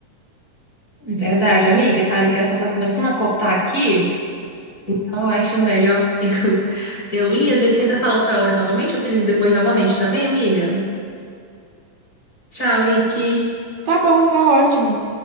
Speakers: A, on the left; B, on the right.
A: Verdade, amiga. A ligação tá começando a cortar aqui. Então eu acho melhor <laughs> eu,
B: E,
A: eu
B: tipo,
A: ir. A gente tenta falar outra hora novamente. Eu te ligo depois novamente, tá bem, amiga? Tchau, Nick.
B: Tá bom, tá ótimo.